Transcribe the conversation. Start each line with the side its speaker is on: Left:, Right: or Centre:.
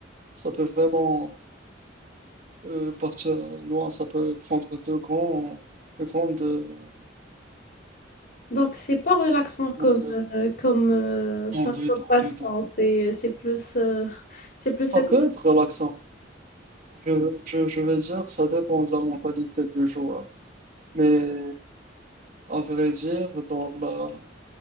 Right: ça peut vraiment Euh, partir loin, ça peut prendre de grands, de grandes, euh,
Left: Donc, c'est pas relaxant
Right: comment
Left: comme,
Right: dire,
Left: euh, comme, euh, enfin,
Right: non, deux
Left: comme
Right: tours,
Left: passe-temps.
Right: deux tours.
Left: C'est, c'est plus, euh, c'est plus...
Right: Ça
Left: le-
Right: peut être relaxant. Je, je, je vais dire, ça dépend de la mentalité du joueur. Mais à vrai dire, dans la,